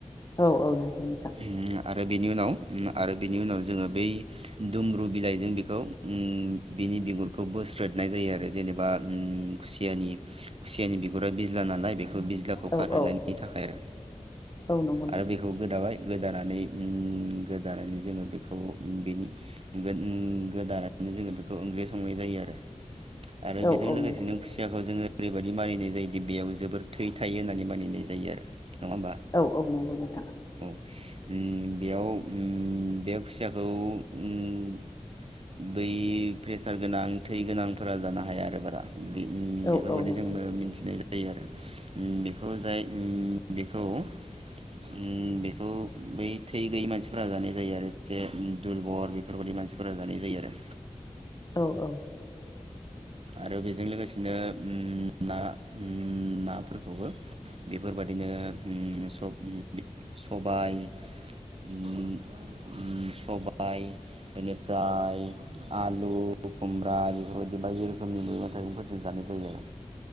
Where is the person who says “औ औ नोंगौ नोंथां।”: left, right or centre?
Left